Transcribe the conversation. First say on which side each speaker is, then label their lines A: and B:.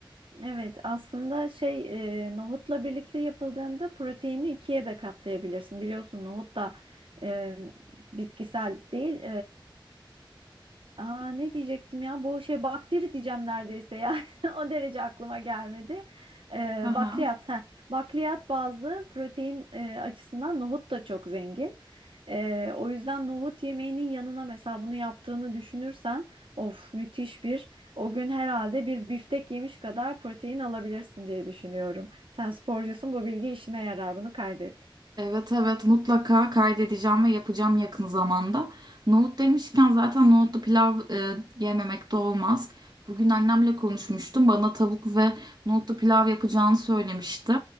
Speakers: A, on the right; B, on the right.
A: Evet, aslında şey e, nohutla birlikte yapıldığında proteini ikiye de katlayabilirsin. Biliyorsun nohut da e, bitkisel değil, Aa, ne diyecektim ya bu şey bakteri diyeceğim neredeyse ya <laughs> o derece aklıma gelmedi. Ee,
B: Hı
A: bakliyat ha bakliyat bazlı protein e, açısından nohut da çok zengin. Ee, o yüzden nohut yemeğinin yanına mesela bunu yaptığını düşünürsen of müthiş bir o gün herhalde bir biftek yemiş kadar protein alabilirsin diye düşünüyorum. Sen sporcusun bu bilgi işine yarar bunu kaydet.
B: Evet evet mutlaka kaydedeceğim ve yapacağım yakın zamanda. Nohut demişken zaten nohutlu pilav e, yememek de olmaz. Bugün annemle konuşmuştum. Bana tavuk ve nohutlu pilav yapacağını söylemişti.